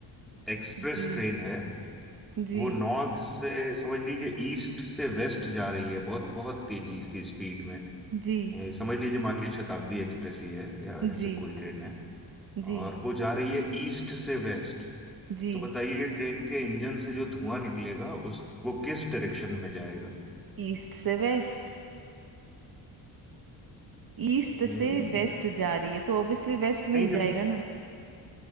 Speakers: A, in the centre; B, on the right.
A: अ, एक्सप्रेस
B: जी
A: ट्रेन है
B: जी
A: वो नॉर्थ से समझ लीजिए ईस्ट से वेस्ट जा रही है बहुत बहुत तेजी की स्पीड में
B: जी
A: ए, समझ लीजिए मान लीजिए शताब्दी एक्सप्रेस ही है या ऐसे
B: जी
A: कोई ट्रेन है
B: जी
A: और वो जा रही है ईस्ट से वेस्ट
B: जी
A: तो बताइए ट्रेन के इंजन से जो धुआं निकलेगा उस वो किस डायरेक्शन में जाएगा
B: ईस्ट से वेस्ट ईस्ट
A: हम्म
B: से वेस्ट जा रही है तो ऑब्वियसली वेस्ट में
A: नहीं
B: ही
A: जब
B: जाएगा ना